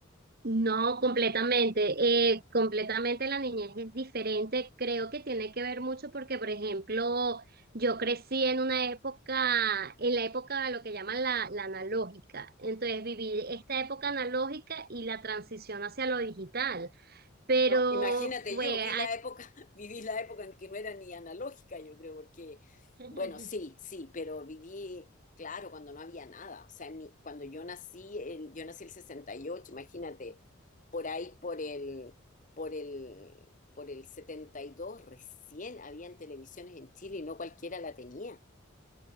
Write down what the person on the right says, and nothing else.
No, completamente. eh, completamente la niñez es diferente. Creo que tiene que ver mucho porque, por ejemplo, yo crecí en una época, en la época de lo que llaman la, la analógica. Entonces viví esta época analógica y la transición hacia lo digital. Pero
fue,
<laughs>